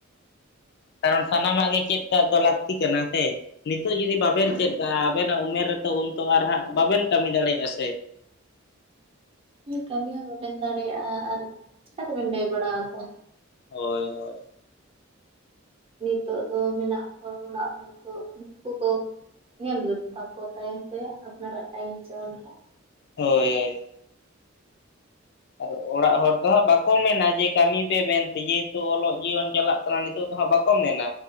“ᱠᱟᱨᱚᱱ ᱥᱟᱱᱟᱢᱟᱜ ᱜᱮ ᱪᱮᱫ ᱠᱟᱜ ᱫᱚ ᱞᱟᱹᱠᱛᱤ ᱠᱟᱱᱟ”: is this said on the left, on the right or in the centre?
Left